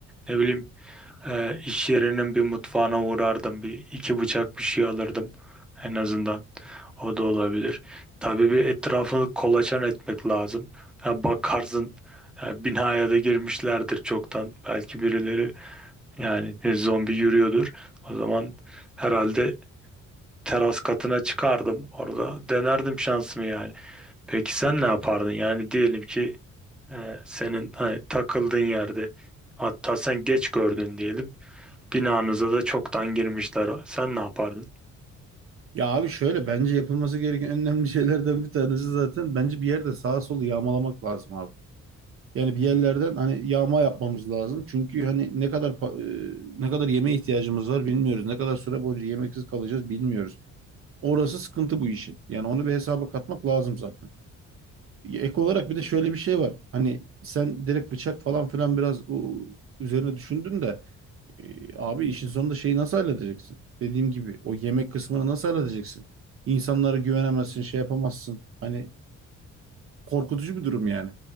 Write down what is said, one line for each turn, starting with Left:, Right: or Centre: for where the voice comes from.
Centre: Ne bileyim e, iş yerinin bir mutfağına uğrardım bir iki bıçak bir şey alırdım en azından o da olabilir. Tabii bir etrafını kolaçan etmek lazım. Ha, bakarsın e, binaya da girmişlerdir çoktan belki birileri. Yani bir zombi yürüyordur. O zaman herhalde teras katına çıkardım. Orada denerdim şansımı yani. Peki sen ne yapardın? Yani diyelim ki e, senin hani, takıldığın yerde hatta sen geç gördün diyelim. Binanıza da çoktan girmişler. Sen ne yapardın?
Right: Ya abi şöyle bence yapılması gereken en önemli şeylerden bir tanesi zaten bence bir yerde sağa solu yağmalamak lazım abi. Yani bir yerlerden hani yağma yapmamız lazım. Çünkü hani ne kadar pa- e, ne kadar yemeğe ihtiyacımız var bilmiyoruz. Ne kadar süre boyunca yemeksiz kalacağız bilmiyoruz. Orası sıkıntı bu işin. Yani onu bir hesaba katmak lazım zaten. Ek olarak bir de şöyle bir şey var. Hani sen direkt bıçak falan filan biraz o, üzerine düşündün de e, abi işin sonunda şeyi nasıl halledeceksin? Dediğim gibi o yemek kısmını nasıl halledeceksin? İnsanlara güvenemezsin, şey yapamazsın. Hani korkutucu bir durum yani.